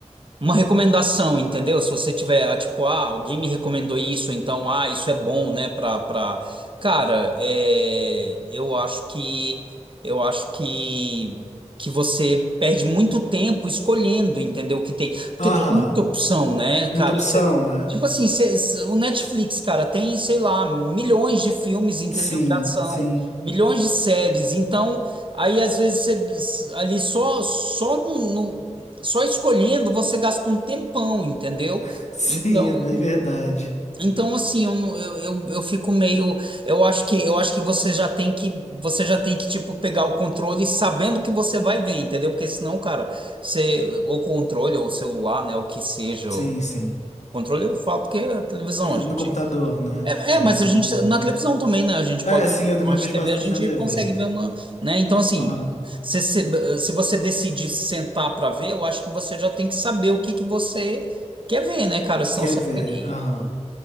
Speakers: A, on the right (about 45°); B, on the left (about 70°).
A: uma recomendação, entendeu? Se você tiver, ah, tipo, ah, alguém me recomendou isso, então, ah, isso é bom, né, pra, pra... Cara, é, eu acho que, eu acho que, que você perde muito tempo escolhendo, entendeu, o que tem. Porque
B: Aham.
A: tem muita opção, né, cara?
B: Muita opção,
A: Você-
B: né?
A: tipo assim, você- você- o Netflix, cara, tem, sei lá, milhões de filmes, entendeu,
B: Sim,
A: de ação,
B: sim,
A: milhões de séries, então... Aí às vezes você ali só só no, no- só escolhendo você gasta um tempão, entendeu?
B: <laughs> sim,
A: Então,
B: é bem verdade.
A: então assim, eu, não- eu, eu, eu fico meio, eu acho que eu acho que você já tem que você já tem que tipo pegar o controle sabendo que você vai ver, entendeu? Porque senão, cara, você ou controle ou celular, né, o que seja,
B: Sim,
A: o
B: sim.
A: controle eu falo porque é televisão,
B: É,
A: a
B: no
A: gente
B: computador, né?
A: é,
B: Também
A: é, mas a gente,
B: tem um computador.
A: na televisão também, né? A gente
B: É,
A: pode.
B: sim, eu também
A: Na TV
B: vejo bastante
A: a gente
B: na TV.
A: consegue ver uma. Né? Então, assim,
B: Aham.
A: se, se, se você decidir sentar para ver, eu acho que você já tem que saber o que, que você quer ver, né, cara? Senão
B: Quer
A: você
B: ver?
A: fica ali.
B: Aham.